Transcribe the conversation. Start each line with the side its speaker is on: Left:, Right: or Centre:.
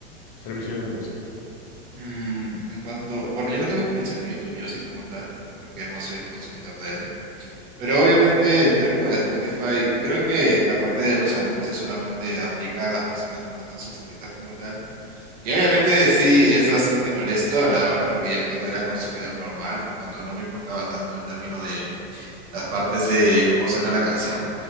Left: servicios de música.
Right: Mm, en cuanto, bueno, yo no tengo experiencia con YouTube Music como tal, porque no soy consumidor de él. Pero obviamente en términos de Spotify, creo que la parte de los anuncios solamente aplica a las personas que no están suscritas como tal. Y obviamente sí es bastante molesto a la hora, porque yo cuando era consumidor normal, cuando no me importaba tanto el término de las partes de cómo suena la canción.